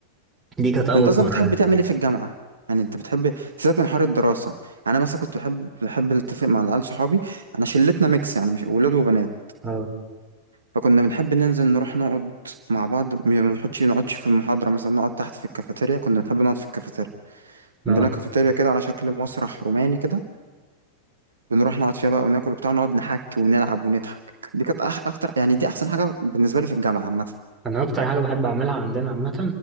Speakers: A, on the right (about 15°); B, on the right (about 75°).
A: دي كانت اول
B: انت اصلا
A: مرة
B: بتحب
A: يعني
B: تعمل ايه في الجامعة يعني انت بتحب سيبك من حوار الدراسة انا مثلا كنت بحب بحب اتفق مع العيال صحابي انا شلتنا ميكس يعني مش ولاد وبنات
A: اه
B: فكنا بنحب ننزل نروح نقعد مع بعض ما بنحطش نقعدش في المحاضرة مثلا نقعد تحت في الكافيتيريا كنا بنحب نقعد في الكافيتيريا عندنا
A: اه
B: كافيتيريا كده على شكل مسرح روماني كده بنروح نقعد فيها بقى وناكل وبتاع ونقعد نحك ونلعب ونضحك دي كانت أح اكتر يعني دي احسن حاجه بالنسبه لي في الجامعه عامه
A: انا اكتر حاجه بحب اعملها عندنا عامه